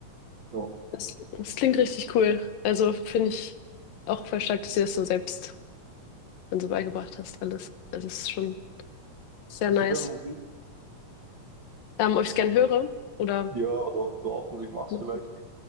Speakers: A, on the right; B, on the left.
A: Ja.
B: Das, das klingt richtig cool. Also finde ich auch voll stark, dass du das so selbst dann so beigebracht hast, alles. Also es ist schon sehr
A: Hast
B: nice.
A: du gern Musik?
B: Ähm, ob ich es gern höre oder
A: Ja, oder ob du auch Musik machst
B: machen.
A: vielleicht.